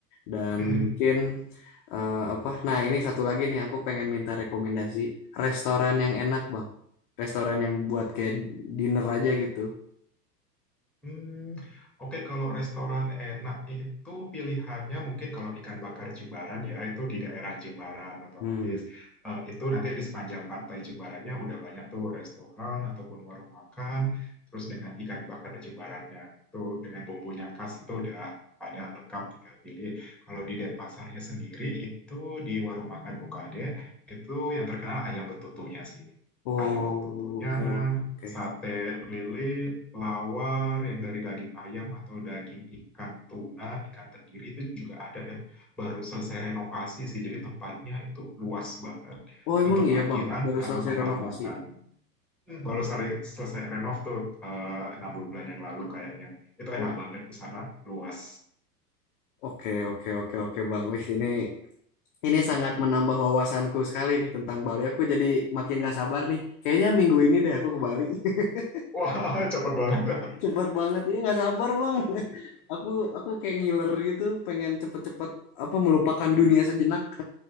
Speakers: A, on the left; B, in the centre.
A: dan
B: <laughs>
A: mungkin eh, apa? Nah, ini satu lagi nih aku pengen minta rekomendasi restoran yang enak Bang. Restoran yang buat kayak dinner aja gitu.
B: Hmm, Oke, kalau restoran enak itu pilihannya mungkin kalau ikan bakar Jimbaran ya itu di daerah Jimbaran otomatis
A: Hmm.
B: Eh, itu nanti di sepanjang pantai Jimbarannya udah banyak tuh restoran ataupun warung makan terus dengan ikan bakar Jimbarannya tuh dengan bumbunya khas itu udah ada lengkap tinggal pilih. Kalau di Denpasarnya sendiri itu di warung makan Bukade itu yang terkenal ayam betutunya sih.
A: Oh,
B: Ayam betutunya,
A: oke oke.
B: sate lili, lawar, yang dari daging ayam atau daging ikan tuna, ikan tenggiri itu juga ada dan baru selesai renovasi sih. Jadi tempatnya itu luas banget
A: Oh, emang
B: untuk
A: iya
B: parkiran
A: Bang, baru
B: atau
A: selesai
B: tempat
A: renovasi.
B: makan. Hmm, Baru selesai renov tuh eh, enam bulan yang lalu kayaknya. Itu
A: Oh,
B: enak banget di sana, luas.
A: oke oke oke oke Bang. Wih, ini Ini sangat menambah wawasanku sekali nih tentang Bali. Aku jadi makin gak sabar nih. Kayaknya minggu ini deh aku ke Bali. <laughs>
B: Wah, cepet banget.
A: Cepet banget. Ini gak sabar bang. <laughs> Aku aku kayak ngiler gitu. Pengen cepet-cepet apa melupakan dunia sejenak.